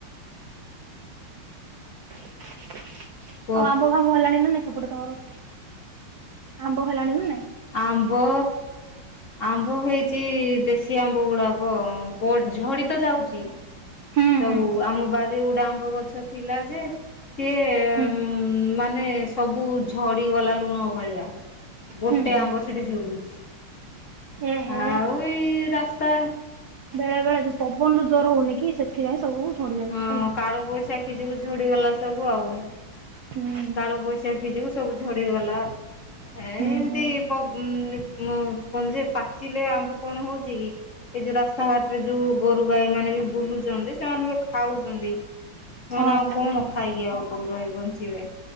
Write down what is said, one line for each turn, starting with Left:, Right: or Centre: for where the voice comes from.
Right: ଆଉ
Left: କୁହ
Right: ଆମ୍ବ ଆମ୍ବ ହେଲାଣି ନା ନାଇଁ ସେପଟେ ତମର ଆମ୍ବ ହେଲାଣି ନା ନାଇଁ?
Left: ଆମ୍ବ ଆମ୍ବ ହେଇଛି ଦେଶୀ ଆମ୍ବ ଗୁଡାକ ଝଡିିତ ଯାଉଛି।
Right: ହୁଁ
Left: ସବୁ
Right: ହୁଁ
Left: ଆମ ବାରିରେ ଗୋଟେ ଆମ୍ବ ଗଛ ଥିଲା ଯେ ସିଏ
Right: ହୁଁ।
Left: ମାନେ ସବୁ ଝଡିଗଲା ଲୁଣ ଭଳିଆ ଗୋଟେ
Right: ହୁଁ ହୁଁ
Left: ଆମ୍ବ ସେଠି ଝୁଲୁଛି
Right: ଏ ହେ
Left: ଆଉ ଏଇ ରାସ୍ତା
Right: ବେଳେବେଳେ ଯୋଉଁ ପବନ ବି ଯୋଉଁ ଜୋର ହଉନି କି ସେଥିପାଇଁ ସବୁ ଝଡି ଯାଉଛି
Left: ହଁ
Right: ହେଲା।
Left: କାଳବୈଶାଖୀ ଯୋଗୁଁ ଝଡିଗଲା ସବୁ ଆଉ।
Right: ହୁଁ।
Left: କାଳବୈଶାଖୀ ଯୋଗୁଁ ସବୁ ଝଡିଗଲା ଏ
Right: ହୁଁ
Left: ଏମିତି
Right: ହୁଁ
Left: <unintelligible> କଣ ଯେ ପାଚିଲେ ଆମ୍ବ କଣ ହଉଛି କି ଏଇ ଯୋଉଁ ରାସ୍ତାଘାଟ ରେ ଯୋଉଁ ଗୋରୁ ଗାଈ ମାନେ ବି ବୁଲୁଛନ୍ତି ସେମାନେ ବି ଖାଉଛନ୍ତି। ସେମାନେେ
Right: ହଁ
Left: ଆଉ
Right: ହଁ
Left: କଣ
Right: ଠିକ
Left: ଖାଇକି ଆଉ ରହି ବଞ୍ଚିବେ।